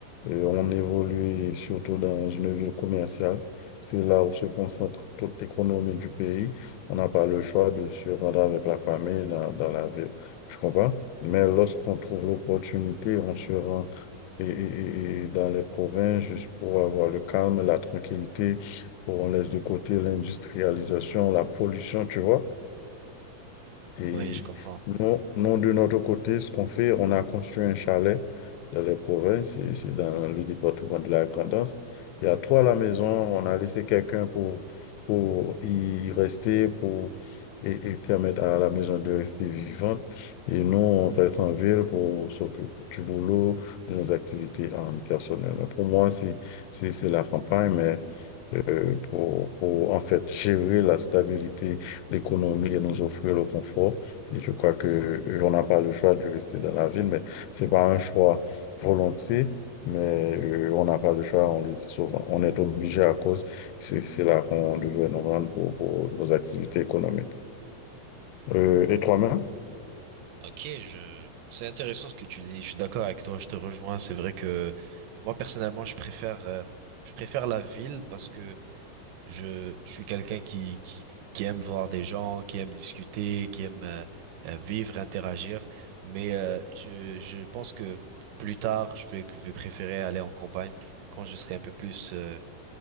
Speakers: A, on the left; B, on the right.
A: Euh, on évolue surtout dans une ville commerciale. C'est là où se concentre toute l'économie du pays. On n'a pas le choix de se rendre avec la famille dans, dans la ville. Tu comprends? Mais lorsqu'on trouve l'opportunité, on se rend et, et- et- et dans les provinces juste pour avoir le calme, la tranquillité. où On laisse de côté l'industrialisation, la pollution, tu vois? Et
B: Oui, je comprends.
A: nous, nous, de notre côté, ce qu'on fait, on a construit un chalet dans les provinces, et c'est dans le département de la Grand'Anse. Il y a trois à la maison, on a laissé quelqu'un pour, pour y rester, pour, et, et permettre à la maison de rester vivante. Et nous, on reste en ville pour s'occuper du boulot, de nos activités euh, personnelles. Mais pour moi, c'est, c'est, c'est la campagne, mais euh, pour, pour en fait gérer la stabilité l'économie et nous offrir le confort. Et je crois que euh, on n'a pas le choix de rester dans la ville, mais c'est pas un choix volontiers, mais euh, on n'a pas le choix, on le dit souvent. On est obligé à cause que c'est là qu'on devrait nous rendre pour, pour nos activités économiques. Euh, et toi-même?
B: Ok, je... c'est intéressant ce que tu dis. Je suis d'accord avec toi. Je te rejoins. C'est vrai que moi personnellement, je préfère, euh, je préfère la ville parce que je, je suis quelqu'un qui, qui, qui aime voir des gens, qui aime discuter, qui aime euh, euh, vivre, interagir. Mais euh, je, je pense que plus tard, je vais, je vais préférer aller en campagne quand je serai un peu plus, euh,